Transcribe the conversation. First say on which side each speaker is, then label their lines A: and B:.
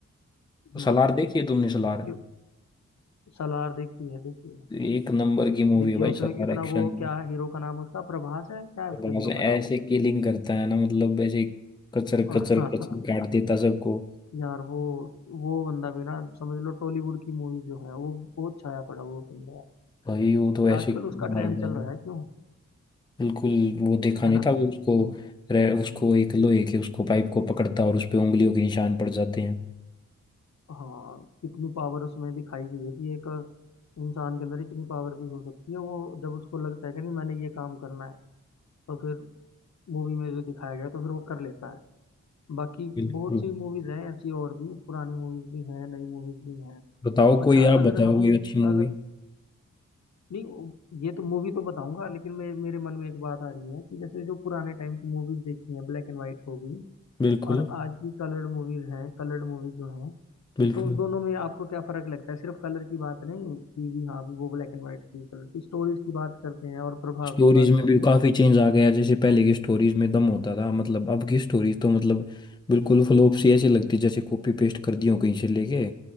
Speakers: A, on the left; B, on the left.
A: हम्म
B: सलार देखी है तुमने सलार
A: क्यों सलार देखी है देखी है
B: एक नंबर की मूवी
A: देखिए
B: है
A: उसमें
B: भाई सलार
A: कितना
B: एक्शन
A: वो क्या हीरो का नाम उसका प्रभास है क्या है उसका
B: बस
A: हीरो
B: ऐसे
A: का नाम
B: किलिंग करता है ना मतलब ऐसे कचर
A: <laughs>
B: कचर कचर काट देता सबको
A: यार वो वो बंदा भी ना समझ लो टॉलीवुड की मूवी जो है वो बहुत छाया पड़ा वो बंदा
B: भाई वो तो ऐसे
A: आजकल
B: ही
A: उसका
B: मार
A: ट्रेंड
B: दिया
A: चल
B: था।
A: रहा है क्यों
B: बिल्कुल वो देखा
A: है
B: नहीं
A: ना हम्म
B: था वो उसको रे, उसको एक लोहे के उसको पाइप को पकड़ता और उस पे उंगलियों के निशान पड़ जाते हैं
A: हाँ कितनी पावर उसमें दिखाई गई है कि एक इंसान के अंदर इतनी पावर भी हो सकती है वो जब उसको लगता है कि नहीं मैंने ये काम करना है तो फिर मूवी में जो दिखाया गया है, तो फिर वो कर लेता है बाकी
B: बिल्कुल
A: बहुत सी मूवीज हैं ऐसी और भी पुरानी मूवीज भी हैं नई मूवीज भी हैं
B: बताओ कोई
A: अच्छा
B: आप
A: अगर
B: बताओ
A: हम
B: कोई अच्छी मूवी
A: अगर नहीं वो- ये तो मूवी तो बताऊंगा लेकिन मे, मेरे मन में एक बात आ रही है कि जैसे जो पुराने टाइम की मूवीज देखी हैं ब्लैक एंड व्हाइट होगी
B: बिल्कुल
A: और आज की कलर्ड मूवीज हैं कलर्ड मूवीज जो हैं
B: बिल्कुल
A: तो दोनों में आपको क्या फर्क लगता है सिर्फ कलर की बात नहीं कि भी हाँ भी वो ब्लैक एंड व्हाइट की कलर की स्टोरीज की बात करते हैं और प्रभाव
B: स्टोरीज
A: की बात
B: में
A: करें
B: भी काफी चेंज आ गया जैसे पहले की स्टोरीज में दम होता था मतलब अब की स्टोरीज तो मतलब बिल्कुल फ्लॉप सी ऐसी लगती है, जैसे कॉपी पेस्ट कर दी हो कहीं से लेके